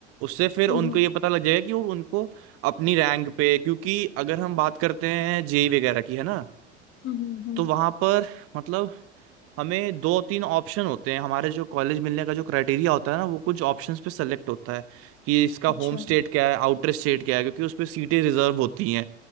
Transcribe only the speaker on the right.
उससे फिर उनको
ये पता लग जाएगा कि वो उनको अपनी रैंक पे क्योंकि अगर हम बात करते हैं जेई वगैरह की है ना
तो वहां पर मतलब हमें दो तीन ऑप्शन होते हैं हमारे जो कॉलेज मिलने का जो क्राइटेरिया होता है ना वो कुछ ऑप्शंस पे सेलेक्ट होता है कि इसका
होम स्टेट क्या है आउटर स्टेट क्या है क्योंकि उस पे सीटें रिजर्व होती हैं